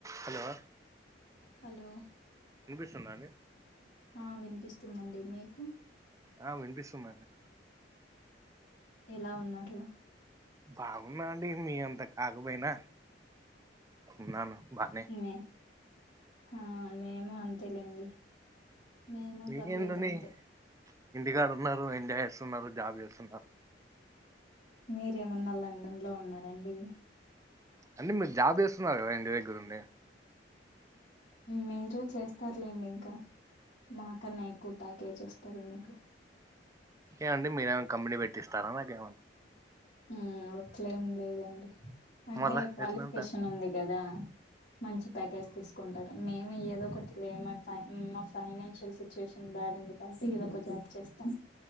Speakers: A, on the right; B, on the left.
A: Hello
B: hello
A: వినిపిస్తుందా అండి
B: ఆ వినిపిస్తుందండి మీకు
A: ఆ వినిపిస్తుందండి
B: ఎలా ఉన్నారు
A: బాగున్నా అండి మీ అంత కాకపోయినా ఉన్నాను బానే
B: మే హ మేము అంతేలేండి మేము
A: మీకేంటండి
B: పర్లేదు అంతే
A: ఇంటికాడ ఉన్నారు ఎంజాయ్ చేస్తున్నారు జాబ్ చేస్తున్నారు
B: మీరేమన్నా లండన్ లో ఉన్నరా అండి
A: అంటే మీరు జాబ్ చేస్తున్నారు కదా ఇంటి దగ్గరుండి
B: మీరు చేస్తారులేండి ఇంకా మా కన్నా ఎక్కువ ప్యాకేజ్ వస్తది మీకు
A: ఏమండి మీరేమ కంపెనీ పెట్టిస్తారా నాకేమ
B: మ్మ్ అట్లేం లేదండి అంటే
A: మళ్ళా
B: క్వాలిఫికేషన్
A: ఎట్లా అంటారు
B: ఉంది కదా మంచి ప్యాకేజ్ తీసు కుంటారు మేము ఏదో ఒకటి లే మా మా ఫైనాన్షియల్ సిచ్యువేషన్ బ్యాడ్ ఉంది కాబట్టి ఏదొక జాబ్ చేస్తాం